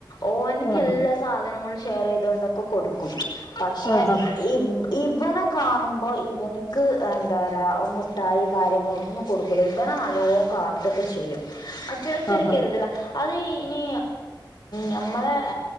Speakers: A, on the left (about 65°); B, on the left (about 35°).
A: ഓനിക്ക്
B: ആഹ് ആഹ്
A: എല്ലാ സാധനങ്ങളും ഷെയർ ചെയ്തൊണ്ട ക്കെ കൊടുക്കും പക്ഷെ
B: ആഹ് ആഹ് ആഹ്
A: ഈ ഇവനെ കാണുമ്പോൾ ഇവനിക്ക് എന്താ പറയുക മുഠായി കാര്യങ്ങള് ഒന്നും കൊടുക്കു ഇവനെ നല്ലോ കാട്ടൊക്കെ ചെയ്യും <unintelligible>
B: ആഹ്
A: കരുതല അത് ഇനി ഞമ്മളെ